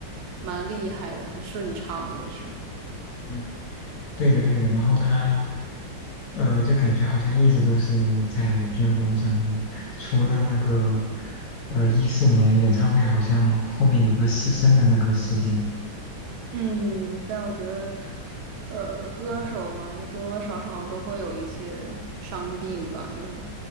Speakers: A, on the right; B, on the left.
A: 蛮厉害的，很顺畅也是。
B: 嗯，对的对的，然后他呃，就感觉好像一直都是在巅峰上面，除了那个呃一四年演唱会，好像后面有个失声的那个事件。
A: 嗯，但我觉得，呃，歌手嘛，
B: 嗯
A: 就多多少少都会有一些伤病吧，就